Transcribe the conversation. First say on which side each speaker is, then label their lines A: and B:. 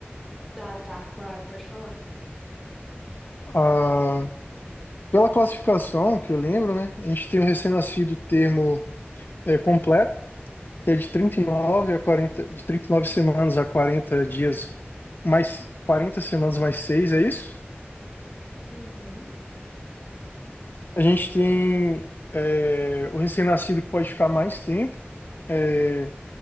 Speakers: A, in the centre; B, on the left.
A: Tá, tá, claro, pode falar.
B: Ah, pela classificação que eu lembro, né? A gente tem o recém-nascido termo é, completo, que é de 39 a 40, de 39 semanas a 40 dias mais 40 semanas mais 6, é isso?
A: Uhum.
B: A gente tem é, o recém-nascido que pode ficar mais tempo é,